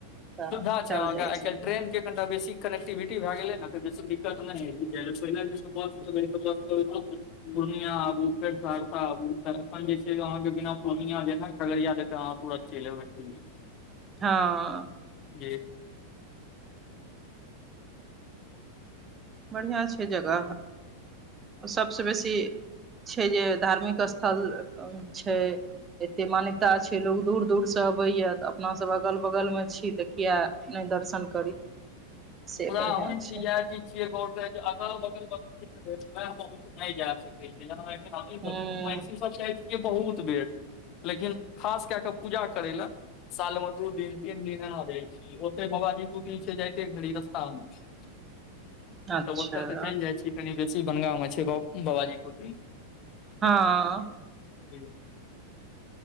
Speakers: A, on the right; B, on the left.
A: तऽ
B: सुवधा छै
A: चलि
B: अहाँके
A: जाइ
B: आइ
A: छथिन
B: काल्हि ट्रेन के कनिटा बेसी कनेक्टिविटी भए गेलै ने तऽ बेसी दिक्कत नहि हम बुझलियै पहिल बस पूर्णिया आबू फेर सहरसा आबू तखन जे छै अहाँके बिना पूर्णिया दे खगड़िया दे अहाँ प चलि एबै पूर्णियाँ
A: हँ
B: जी
A: बढ़िआँ छै जगह सभसँ बेसी छै जे धार्मिक स्थल छै एते मान्यता छै लोग दूर दूर से अबैया तऽ अपना सब अगल बगल में छी तऽ किया नहि दर्शन करी
B: <inaudible>
A: से
B: पुरा
A: बढ़िआँ
B: हम छी
A: छै
B: इह चीज छी के अगल बगल मे हम नइ जा सकै छी
A: हूँ
B: सब बहुत बेर लेकिन खास कए कऽ पूजा करय लए साल मे दू दिन तीन दिन एना जाय छै ओते बाबाजी कुटि छै जाइते घड़ी रस्तऽ तामे
A: अच्छा
B: ओतऽ तऽ चलि जाइ छै कनि बेसी बनगाँव मे छै गाऊ बाबाजी की कुटी
A: हँ
B: जी